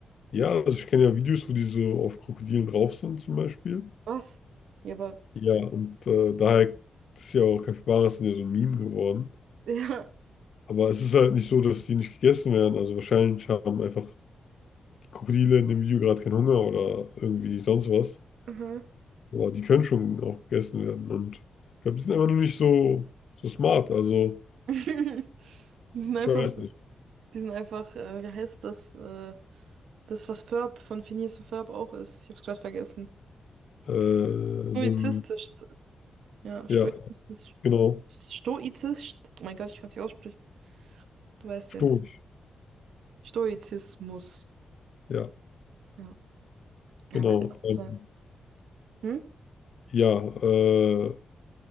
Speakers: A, on the left; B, on the right.
A: Ja, also ich kenne ja Videos, wo die so auf Krokodilen drauf sind, zum Beispiel.
B: Was? Ja, aber.
A: Ja, und äh, daher ist ja auch Capybaras sind ja so ein Meme geworden.
B: <laughs> Ja.
A: Aber es ist halt nicht so, dass die nicht gegessen werden. Also wahrscheinlich haben einfach Krokodile in dem Video gerade keinen Hunger oder irgendwie sonst was.
B: aha.
A: Aber die können schon auch gegessen werden. Und ich glaube, die sind einfach nur nicht so, so smart. Also,
B: <laughs> Die sind
A: ich
B: einfach
A: weiß nicht.
B: Die sind einfach, äh, wie heißt das, äh, das, was Ferb von Phineas und Ferb auch ist. Ich hab's gerade vergessen.
A: Äh,
B: Stoizistisch.
A: so ein,
B: Ja, stoizistisch.
A: ja, genau.
B: Stoizistisch. Oh mein Gott, ich kann's nicht aussprechen. Du weißt ja.
A: Stoisch.
B: Stoizismus.
A: Ja,
B: Ja, ja
A: genau.
B: könnte auch
A: Ähm,
B: sein. Hm?
A: ja, äh,